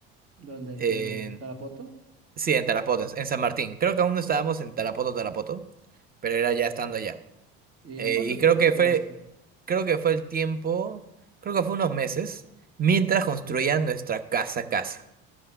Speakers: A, on the right; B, on the right.
A: ¿Dónde, en
B: en-
A: qué Tarapoto?
B: sí, en Tarapoto, en en San Martín. Creo que aún no estábamos en Tarapoto, Tarapoto, pero era ya estando allá.
A: ¿Y
B: Eh,
A: cuánto
B: y
A: tiempo
B: creo que
A: te
B: fue,
A: quedaste?
B: creo que fue el tiempo, creo que fue unos meses mientras construían nuestra casa, casa.